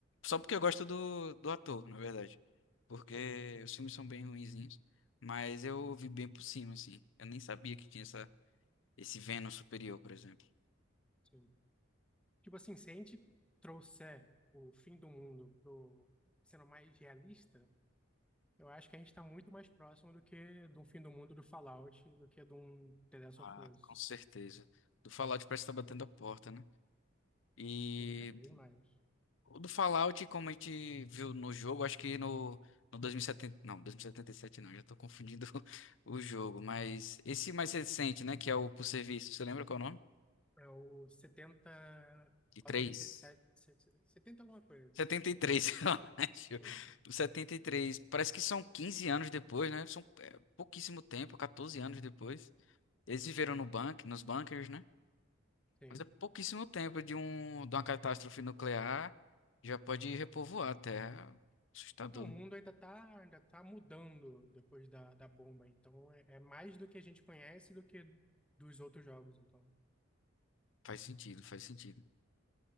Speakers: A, on the left (about 75°); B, in the centre.
A: Só porque eu gosto do, do ator, na verdade. Porque
B: Sim,
A: os filmes são bem ruinzinhos. Mas eu ouvi bem por cima, assim. Eu nem sabia que tinha essa, esse Venom superior, por exemplo.
B: sim. Tipo assim, se a gente trouxer o fim do mundo pro sendo mais realista. Eu acho que a gente está muito mais próximo do que de um fim do mundo do Fallout, do que de um The Last
A: Ah,
B: of Us.
A: com certeza. Do Fallout parece que tá batendo a porta, né? E
B: Tem cada vez mais.
A: o do Fallout, como a gente viu no jogo, acho que no, no 2070. Não, 2077 não, já tô confundindo <laughs> o jogo. Mas esse mais recente, né? Que é o por serviço, você lembra qual é o nome?
B: É o 70,
A: E
B: Fallout
A: três?
B: setenta e sete, 70 alguma coisa.
A: 73, <laughs> eu acho.
B: Isso.
A: O 73 Parece que são 15 anos depois, né? São é, pouquíssimo tempo, 14 anos depois. Eles viveram no bunker, nos bunkers, né?
B: Sim.
A: Mas é pouquíssimo tempo de, um, de uma catástrofe nuclear. Já pode repovoar a Terra. Assustador.
B: É, O mundo ainda está ainda tá mudando depois da, da bomba, então é, é mais do que a gente conhece do que dos outros jogos, então.
A: Faz sentido, faz sentido.